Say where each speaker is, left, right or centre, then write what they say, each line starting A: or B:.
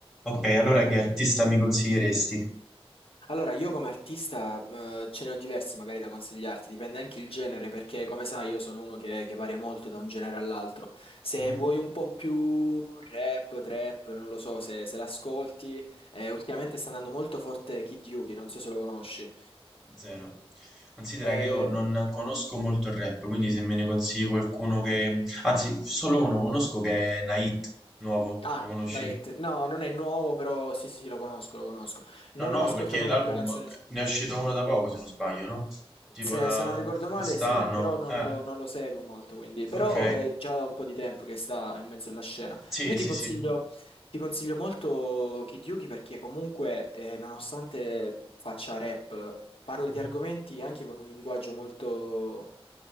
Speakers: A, in the centre; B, on the left (about 65°).
A: Ok, allora che artista mi consiglieresti?
B: Allora, io come artista, eh, ce ne ho diversi magari da consigliarti, dipende anche il genere, perché come sai io sono uno che, che varia molto da un genere all'altro. Se
A: Mhm,
B: vuoi un po' più rap, trap, non lo so, se, se l'ascolti, eh, ultimamente sta andando molto forte Kid Yuki, non so se lo conosci.
A: Zero. Considera
B: Eh,
A: che io non conosco molto il rap, quindi se me ne consigli qualcuno che... Anzi, solo uno conosco che è Nait, nuovo,
B: ah,
A: lo conosci?
B: Night, no, non è nuovo, però sì, sì, sì, lo conosco, lo conosco. Non
A: No, nuovo
B: ho ascoltato
A: perché l'album
B: molte canzoni.
A: ne è uscito uno da poco, se non sbaglio, no? Tipo
B: Se,
A: da
B: se non ricordo male,
A: quest'anno.
B: sì, però non
A: Eh,
B: lo, non lo seguo molto, quindi. Però
A: ok.
B: è già da un po' di tempo che sta in mezzo alla scena.
A: Sì,
B: Io ti
A: sì,
B: consiglio,
A: sì.
B: ti consiglio molto Kid Yuki perché comunque, eh, nonostante faccia rap, parla
A: Mhm.
B: di argomenti anche con un linguaggio molto,